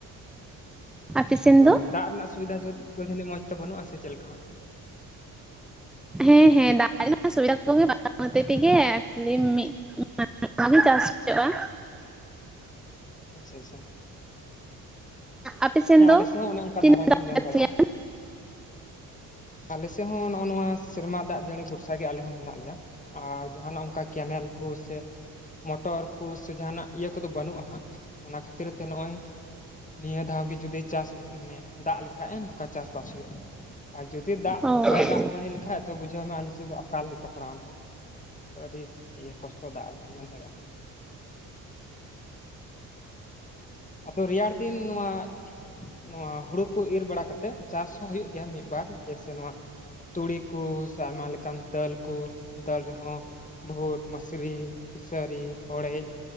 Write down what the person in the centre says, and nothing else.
ᱟᱯᱮ ᱥᱮᱱ
ᱫᱚ
ᱦᱮᱸ ᱦᱮᱸ ᱫᱟᱜ ᱨᱮᱱᱟᱜ ᱥᱩᱵᱤᱫᱟ ᱠᱚᱜᱮ ᱵᱟ ᱦᱚᱛᱮᱝ <inaudible> ᱛᱮᱜᱮ ᱮ ᱢᱤᱫᱼᱼ <inaudible> ᱚᱱᱟ ᱜᱮ <inaudible> ᱪᱟᱥ ᱦᱩᱭᱳᱜᱼᱟ᱾
ᱟᱯᱮ ᱥᱮᱱ
ᱫᱚ
ᱛᱤᱱᱟᱹᱜ
ᱪᱟᱥ
ᱦᱩᱭᱩᱜᱼᱟ
ᱚ ᱟᱪᱪᱷᱟ ᱚ